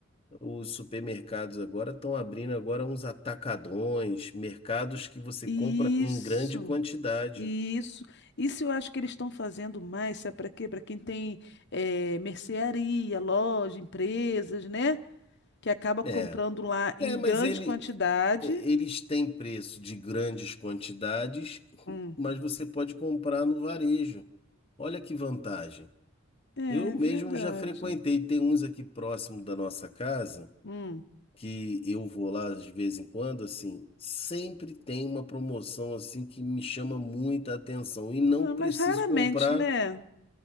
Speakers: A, on the left (about 25°); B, on the left (about 55°).
A: os supermercados agora estão abrindo agora uns atacadões, mercados que você
B: Isso.
A: compra em grande quantidade.
B: Isso. Isso eu acho que eles estão fazendo mais, sabe para quê? Para quem tem eh, mercearia, loja, empresas, né? Que acaba comprando
A: É,
B: lá em
A: é,
B: grande
A: mas ele,
B: quantidade.
A: é, eles têm preço de grandes quantidades, <laughs>
B: Hum.
A: mas você pode comprar no varejo. Olha que vantagem.
B: É
A: Eu
B: verdade.
A: mesmo já frequentei, tem uns aqui próximo da nossa casa
B: Hum.
A: que eu vou lá de vez em quando, assim, sempre tem uma promoção assim que me chama muita atenção e não
B: Ah,
A: preciso
B: mas raramente,
A: comprar.
B: né?